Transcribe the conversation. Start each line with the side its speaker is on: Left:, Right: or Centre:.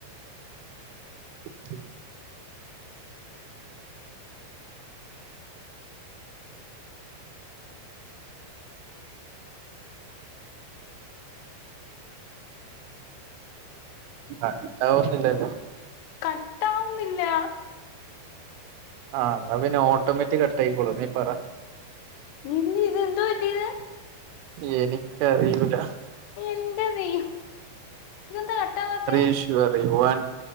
Right: <inaudible> കട്ടാവുന്നില്ലല്ലോ
Left: കട്ടാവുന്നില്ല
Right: ആ എന്നാ പിന്നെ ഓട്ടോമാറ്റിക് കട്ട് ആയിക്കോളൂ നീ പറ
Left: ഇന്ന് ഇതെന്ത് പറ്റി ഇത്
Right: എനിക്കറിയൂല
Left: എൻ്റ ദൈവമെ ഇതെന്താ കട്ടാവാത്തെ
Right: ഇഷ്യൂ പറയും <unintelligible>